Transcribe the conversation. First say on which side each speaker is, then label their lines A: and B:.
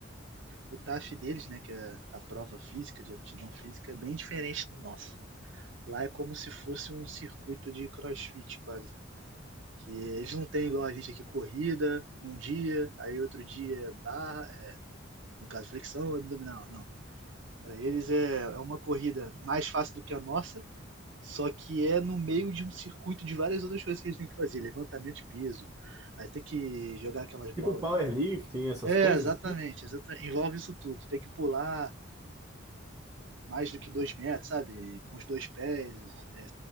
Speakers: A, on the right; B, on the right.
A: O TAF deles, né? Que é a prova física, de aptidão física, é bem diferente do nosso. Lá é como se fosse um circuito de CrossFit quase. Que eles não têm igual a gente aqui corrida num dia, aí outro dia é barra, é, no caso flexão, abdominal, não. Para eles é, é uma corrida mais fácil do que a nossa, só que é no meio de um circuito de várias outras coisas que eles têm que fazer, levantamento de peso, aí tem que jogar aquelas bolas.
B: Tipo powerlifting, essas
A: É,
B: coisas
A: exatamente,
B: assim?
A: exata- envolve isso tudo. Tem que pular, mais do que dois metros, sabe? Com os dois pés, é,